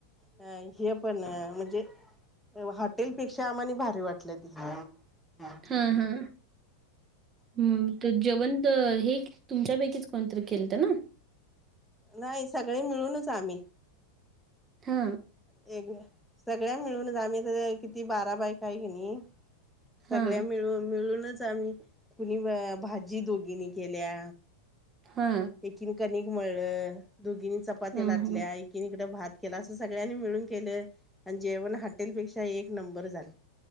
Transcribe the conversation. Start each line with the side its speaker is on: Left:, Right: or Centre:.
Centre: अ हे पण म्हणजे हॉटेलपेक्षा आम्हानी भारी वाटलं ते.
Right: हा हा. ह तर जेवण हे तुमच्यापैकीच कोणतरी केलत ना.
Centre: नाही सगळे मिळूनच आम्ही.
Right: हा.
Centre: एक सगळ्या मिळूनच आम्ही तर किती बारा बायका आहे की नाही. सगळ्या
Right: हा
Centre: मिळून मिळूनच आम्ही कुणी भाजी दोघीनी केल्या.
Right: हा.
Centre: एकीनं कणिक मळलं दोघींनी चपात्या
Right: हा
Centre: लाटल्या.
Right: हा
Centre: किन इकडं भात केला असं सगळ्यांनी मिळून केलं. आणि जेवण हॉटेलपेक्षा एक नंबर झालत.